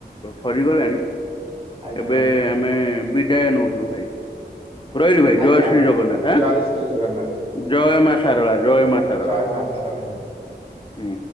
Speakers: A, on the left; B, on the right.
A: ସରିଗଲାଣି।
B: ଆଜ୍ଞା
A: ଏବେ
B: ଆଜ୍ଞା
A: ଆମେ ବିଦାୟ ନଉଚୁ ଭାଇ। ରହିଲି ଭାଇ
B: ଆଜ୍ଞା
A: ଜୟ ଶ୍ରୀ
B: ଆଜ୍ଞା
A: ଜଗନ୍ନାଥ ଆଁ
B: ଜୟ ଶ୍ରୀ ଜଗନ୍ନାଥ
A: ଜୟ ମା ସାରଳା ଜୟ ମା ଶାରଳା
B: ଜୟ ମା ସାରଳା।
A: ହୁଁ।